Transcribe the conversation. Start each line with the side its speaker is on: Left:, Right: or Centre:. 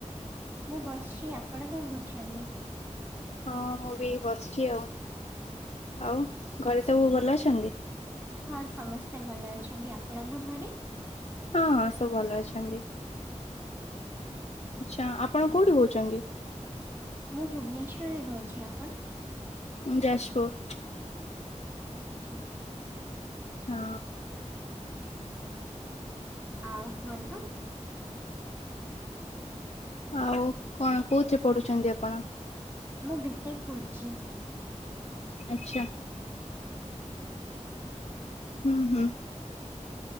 Right: ମୁଁ ବସିଚି। ଆପଣ କଣ କରୁଛନ୍ତି?
Left: ହଁ ମୁଁ ବି ବସିଚି ଆଉ। ଆଉ ଘରେ ସବୁ ଭଲ ଅଛନ୍ତି?
Right: ହଁ ସମସ୍ତେ ଭଲ ଅଛନ୍ତି। ଆପଣଙ୍କ ଘରେ?
Left: ହଁ ସବୁ ଭଲ ଅଛନ୍ତି। ଆଛା ଆପଣ କୋଉଠି କହୁଛନ୍ତି?
Right: ମୁଁ ଭୁବନେଶ୍ୱରରେ ରହୁଚି। ଆପଣ?
Left: ମୁଁ ଯାଜପୁର।
Right: ଆଚ୍ଛା ଆଚ୍ଛା।
Left: ହଁ।
Right: ଆଉ କୁହନ୍ତୁ।
Left: ଆଉ କଣ କୋଉଥିରେ ପଢୁଛନ୍ତି ଆପଣ?
Right: ମୁଁ ବି, ଟେକ, କରୁଚି।
Left: ଆଚ୍ଛା। ହୁଁ ହୁଁ।